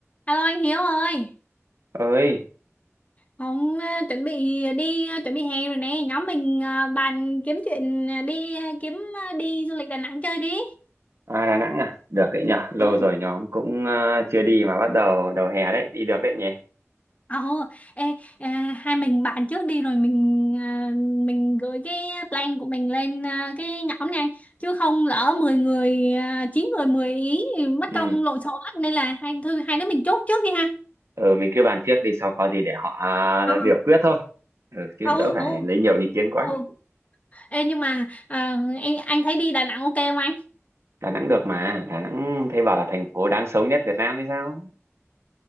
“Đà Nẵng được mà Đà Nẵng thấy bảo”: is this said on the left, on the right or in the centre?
Right